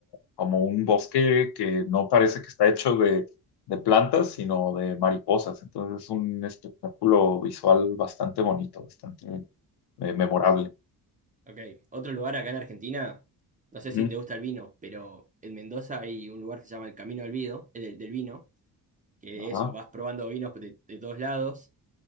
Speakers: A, on the left (about 80°); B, on the right (about 20°).
A: como un bosque que no parece que está hecho de, de plantas, sino de mariposas. Entonces es un espectáculo visual bastante bonito, bastante eh, memorable.
B: Ok, otro lugar acá en Argentina, no sé
A: Ujú.
B: si te gusta el vino, pero en Mendoza hay un lugar que se llama el Camino del Vido, eh, del, del vino, que de
A: Ajá,
B: eso, vas probando vinos de, de todos lados